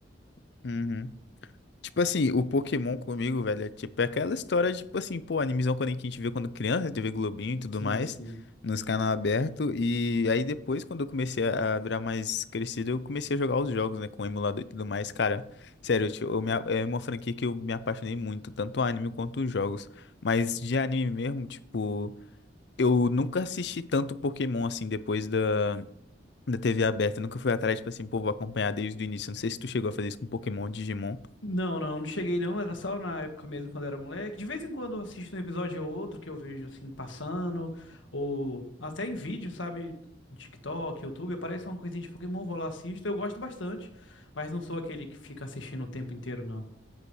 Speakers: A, on the left (about 65°); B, on the left (about 85°).
A: <laughs> Uhum. Tipo assim, o Pokémon comigo, velho, é tipo é aquela história, tipo assim, pô, animizão quando a gente vê quando criança, tê vê Globinho e tudo
B: Sim,
A: mais,
B: sim.
A: nos canal aberto. E aí depois, quando eu comecei a a virar mais crescido, eu comecei a jogar os jogos, né, com o emulador e tudo mais. Cara, sério, eu, te- eu me a- é uma franquia que eu me apaixonei muito, tanto o anime quanto os jogos. Mas de anime mesmo, tipo, eu nunca assisti tanto Pokémon assim depois da, da TV aberta. Eu nunca fui atrás, tipo assim, pô, vou acompanhar desde o início. Não sei se tu chegou a fazer isso com Pokémon ou Digimon.
B: Não, não, não cheguei não, era só na época mesmo quando era moleque. De vez em quando eu assisto um episódio ou outro que eu vejo assim passando, ou até em vídeo, sabe? No TikTok, YouTube, aparece uma coisinha de Pokémon, vou lá assisto. Eu gosto bastante, mas não sou aquele que fica assistindo o tempo inteiro, não.